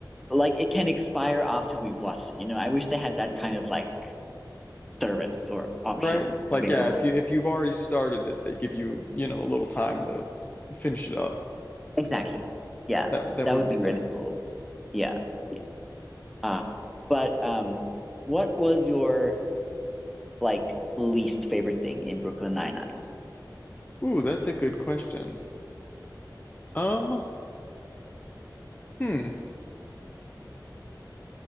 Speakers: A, in the centre; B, on the left.
A: like it can expire after we've watched it. You know, I wish they had that kind of like service or option
B: Right? Like
A: available.
B: yeah, if you if you've already started it, they give you, you know, a little time to finish it up.
A: Exactly. Yeah.
B: That that
A: That
B: would
A: would
B: be
A: be
B: nice.
A: really cool. Yeah. Yeah. Ah. But um what was your like least favorite thing in Brooklyn Nine-Nine?
B: Ooh, that's a good question. Um, hmm.